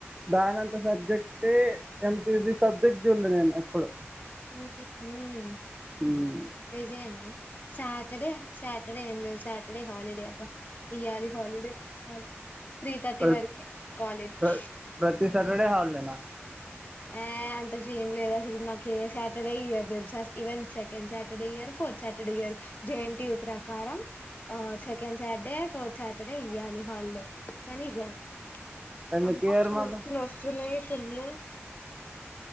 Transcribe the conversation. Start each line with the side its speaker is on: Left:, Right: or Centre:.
Right: దానంత సబ్జెక్టే ఎంతా ఈజీ సబ్జెక్ట్ జూడ్ లే నేన్ ఎప్పుడు.
Left: ఉహు హుమ్మ్
Right: మ్మ్.
Left: ఈజీ ఏనా సాటర్డే, సాటర్డే ఏం లేవు సాటర్డే హాలిడే అబ్బా. ఇయ్యాలి హాలిడే చాలు, త్రీ థర్టీ
Right: ప్ర-
Left: వరకే కాలేజ్.
Right: ప్ర- ప్రతి సాటర్డే హాలిడేనా.
Left: ఏ అంత సీన్ లేదు అసల్, మాక్ ఏ సాటర్డే ఇవ్వరు దెల్సా ఈవెన్ సెకండ్ సాటర్డే ఇయ్యారు, ఫోర్త్ సాటర్డే ఇయ్యారు. జే ఎన్ టి యు ప్రకారం ఆ సెకండ్ సాటర్డే, ఫోర్త్ సాటర్డే ఇయ్యాలి హాలిడే. కానీ ఇయ్యారు
Right: ఎందుకు
Left: <unintelligible>
Right: ఇయర్ మళ్ళీ
Left: జులై తున్న